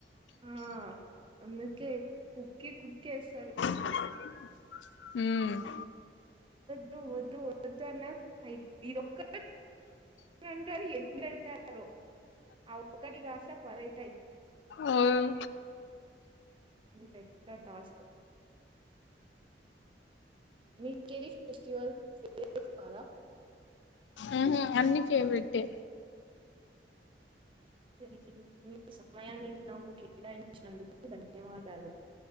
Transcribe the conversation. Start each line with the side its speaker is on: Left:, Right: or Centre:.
Right: ఆ అందుకే కుక్కి కుక్కి వేస్తారు
Left: మ్
Right: వొద్దు వొద్దు వద్దు అన్య ఇదొక్క ఒంటారుారు ఎండతారు ఆ ఒటి భాష పరైతాయి
Left: ఉం
Right: ఇది పెద్ద టాస్క్ మీ కెడి ఫెస్టివల్ <inaudible> <inaudible>
Left: ఊహూ అన్నీ ఫేవరెట్టే
Right: <inaudible> మీ సమయాన్ని నాకు కేటాయించినందుకు ధన్యవాదాలు